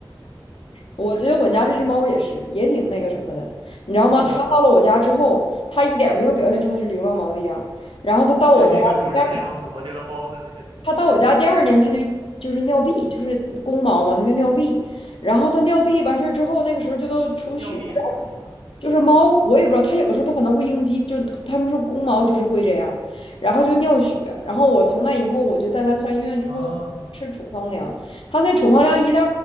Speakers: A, on the left; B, on the right.
A: 我觉得我家这只猫也是，也挺那个什么的，你知道吗？
B: 对。
A: 它到了我家之后，它一点儿没有表现出它是流浪猫的样儿。然后它到我家第二，
B: 就是一个主人的样子。我觉得猫的那个形象，
A: 它到我家第二年，它就就是尿闭，就是公猫嘛，它就尿闭。然后它尿闭完事儿之后，那个时候就都出血。
B: 尿币是什么意思啊？
A: 就是猫，我也不知道，它有的时候它可能会应激，就它们说公猫就是会这样，然后就尿血，然后我从那以后我就带它上医院之后吃处方粮，
B: 啊，
A: 它那处方粮一袋